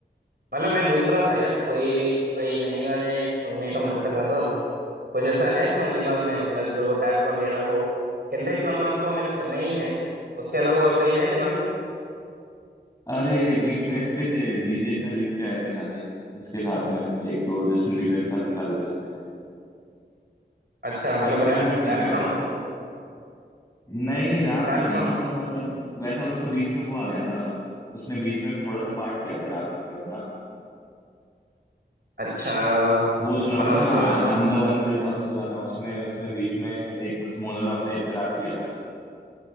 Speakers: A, on the right; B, on the left.
A: मतलब मैं ढूंढ रहा था यार कोई कोई नए गाने सुनने का मन कर रहा था कुछ ऐसा है तुम्हारे दिमाग में मतलब जो रैप वगैरह हो केंड्रिक लमार तो मैंने सुना ही है उसके अलावा और कोई है दिमाग में
B: अरे बीच में इसके थे डीजे खालिद के आए थे गाने इसके साथ में एक तो जस्टिन बीबर के साथ निकाले थे उसने
A: अच्छा मतलब
B: उसके सुन
A: रैप
B: रखे हैं
A: रैप
B: क्या और
A: सॉन्ग था वो
B: नहीं रैप
A: Rap
B: तो नहीं
A: song
B: था मतलब वैसा उसका बीच में वो आ गया था उसने बीच में थोड़ा सा पार्ट किया था रैप में अपना
A: अच्छा अ,
B: वो सुना
A: मतलब
B: होगा ना आई एम द वन जो था उसका गाना उसमें उसने बीच में एक मोनोलॉग टाइप का रैप किया था